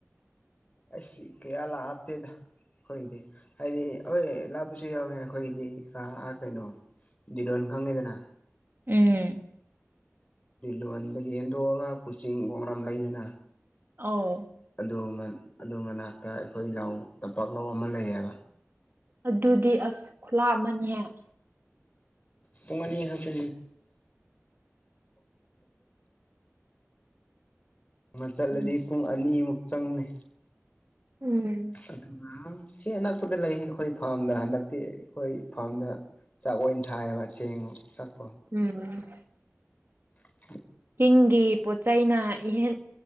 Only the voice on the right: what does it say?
ꯎꯝ
ꯑꯥꯎ
ꯑꯗꯨ ꯑꯗꯨꯗꯤ ꯑꯁ ꯈꯨꯂꯥ ꯑꯃꯅꯤꯍ <unintelligible>
ꯎꯝ
ꯎꯝ
ꯎꯝ
ꯆꯤꯡꯒꯤ ꯄꯣꯠ ꯆꯩꯅ ꯏꯍꯦꯟ